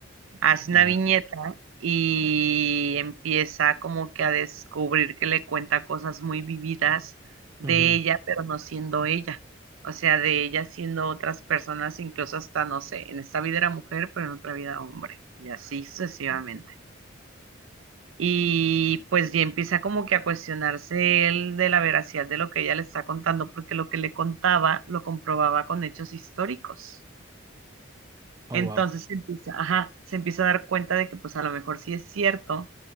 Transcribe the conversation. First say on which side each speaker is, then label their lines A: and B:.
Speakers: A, on the right; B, on the right.
A: Hace una
B: Ah,
A: viñeta y empieza como que a descubrir que le cuenta cosas muy vividas de
B: Ujú.
A: ella, pero no siendo ella. O sea, de ella siendo otras personas, incluso hasta, no sé, en esta vida era mujer, pero en otra vida hombre. Y así sucesivamente. Y pues ya empieza como que a cuestionarse él de la veracidad de lo que ella le está contando, porque lo que le contaba lo comprobaba con hechos históricos.
B: Oh,
A: Entonces
B: wow.
A: se empieza, ajá, se empieza a dar cuenta de que pues a lo mejor sí es cierto,